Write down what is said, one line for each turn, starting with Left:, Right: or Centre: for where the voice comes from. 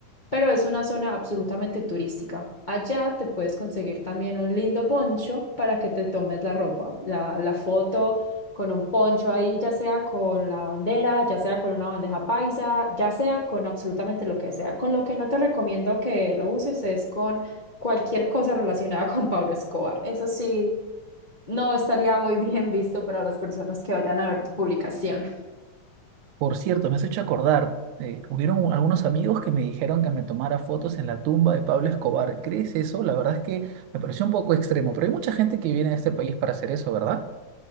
Left: pero es una zona absolutamente turística. Allá te puedes conseguir también un lindo poncho para que te tomes la ropa, la, la foto con un poncho ahí, ya sea con la bandera, ya sea con una bandeja paisa, ya sea con absolutamente lo que sea. Con lo que no te recomiendo que lo uses es con cualquier cosa relacionada <laughs> con Pablo Escobar. Eso sí. No estaría muy bien visto para las personas que vayan a ver tu publicación.
Right: Por cierto, me has hecho acordar, eh, hubieron u- algunos amigos que me dijeron que me tomara fotos en la tumba de Pablo Escobar. ¿Crees eso? La verdad es que me pareció un poco extremo, pero hay mucha gente que viene a este país para hacer eso, ¿verdad?